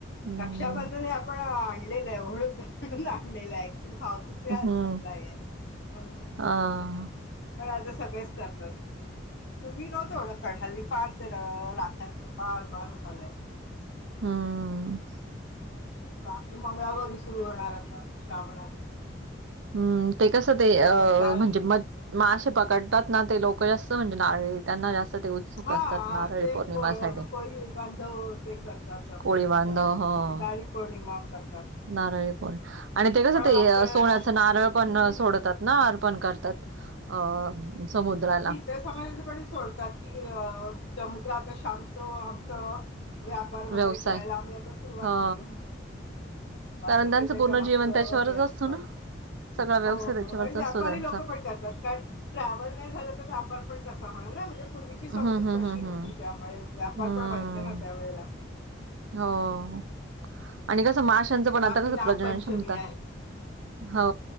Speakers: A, on the right (about 75°); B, on the left (about 65°).
A: हं,
B: रक्षाबंधनला पण आणलेलं <inaudible> ओळून आणलेलं आहे ऍक्च्युली भा दुसऱ्याच
A: हं.
B: आपला हे आहे अं
A: हां.
B: फराळ तर सगळेच करतात पूर्वी नव्हतं एवढं फार हल्ली फार तेला <unintelligible>
A: हम्म
B: आहे बाकी मंगळागौरी सुरू होणार आता श्रावणात
A: हम्म ते कसं ते
B: तेवढ्या
A: अ
B: चार
A: म्हणजे म मासेे पकडतात ना ते लोक जास्त म्हणजे नारळी त्यांना जास्त ते उत्सुक
B: हा
A: असतात नारळी
B: ते
A: पौर्णिमासाठी.
B: को कोळीबांधव ते करतात आपलं
A: कोळी
B: रक्षा
A: बांधव.
B: आपलं
A: हो.
B: नारळी पौर्णिमा कर
A: नारळी पौरं आणि ते कसं ते
B: आमच्या
A: सोन्याचं नारळ पण
B: हम्म, हम्म.
A: सोडतात ना अर्पण करतात अ समुद्राला
B: त्या समाजाच पण सोडतात की अ समुद्र आता शांत आमचं व्यापार वगैरे
A: व्यवसाय
B: करायला आम्ही आता सुरुवात
A: हा
B: करू.
A: कारण
B: असं
A: त्यांचं
B: ते त्याच्या
A: पूर्ण
B: मागचं
A: जीवन त्याच्यावरच
B: हे असतं.
A: असतो ना. सगळा व्यवसाय
B: हो
A: त्याच्यावरच
B: हो आणि व्यापारी
A: असतो त्यांचा
B: लोक पण करतात. कारण ट्रॅव्हल नाही झालं तर व्यापार पण कसा होणार ना म्हणजे पूर्वीची समजूत
A: हम्म हम्म
B: तशी
A: हम्म हम्म
B: होती त्यामुळे व्यापार
A: हम्म
B: पण व्हायचा ना त्या वेळेला
A: हो आणि कसं माशांचं पण
B: बाकी
A: आता कसं
B: नागपंचमी
A: प्रजनन क्षमता हो